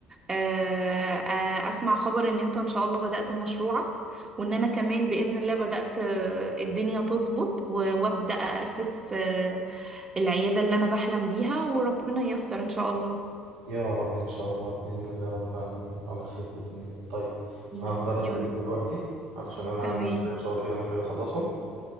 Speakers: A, on the right; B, on the right.
A: آه، آه، أسمع خبر إن أنت إن شاء الله بدأت مشروعك وإن أنا كمان بإذن الله بدأت آه، الدنيا تظبط و- وأبدأ أأسس آه، العيادة اللي أنا بحلم بيها وربنا ييسر إن شاء الله
B: يا رب إن شاء الله بإذن الله رب العالمين على خير بإذن الله طيب
A: يا
B: أنا هضطر
A: يا
B: أسيبك
A: رب
B: دلوقتي علشان أنا
A: تمام
B: عندي شوية شغل كده محتاج أخلصهم